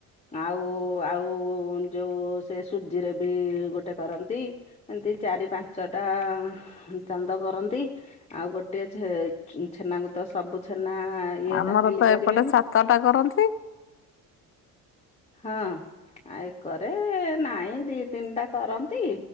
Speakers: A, on the left; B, on the left.
A: ଆଉ ଆଉ ଯୋଉ ସେ ସୁଜିରେ ବି ଗୋଟେ କରନ୍ତି ଏନ୍ତି ଚାରି ପାଞ୍ଚଟା ଚାନ୍ଦ କରନ୍ତି ଆଉ ଗୋଟିଏ ଛେ ଛେନାଙ୍କୁ ତ ସବୁ ଛେନା ଇଏଟା
B: ଆମର
A: ଗିଲି
B: ତ
A: ପାରିବେନି
B: ଏପଟେ ସାତଟା କରନ୍ତି।
A: ହଁ। ଆ ଏକରେ ନାଇଁ ଦି ତିନିଟା କରନ୍ତି